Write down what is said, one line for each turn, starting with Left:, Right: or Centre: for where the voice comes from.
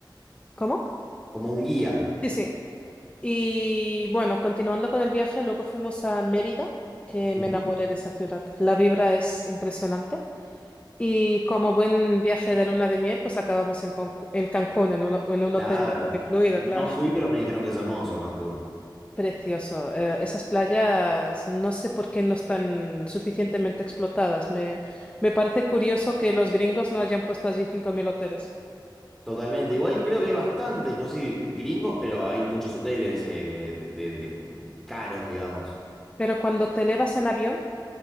Left: ¿Cómo?
Centre: Como un guía.
Left: Sí, sí. Y bueno, continuando con el viaje, luego fuimos a Mérida, que me
Centre: Ujú.
Left: enamoré de esa ciudad. La vibra es impresionante. Y como buen viaje de luna de miel, pues acabamos en, Concu- en Cancún, en un, en un
Centre: Claro.
Left: hotel de todo incluido, claro.
Centre: No fui,
Left: <laughs>
Centre: pero me dijeron que es hermoso Cancún.
Left: Precioso. Eh, esas playas no sé por qué no están suficientemente explotadas. Me, me parece curioso que los gringos no hayan puesto allí 5.000 hoteles.
Centre: Totalmente. Igual creo que hay bastantes, no sé si gringos, pero hay muchos hoteles eh, de, de- de- caros, digamos.
Left: Pero cuando te elevas en avión,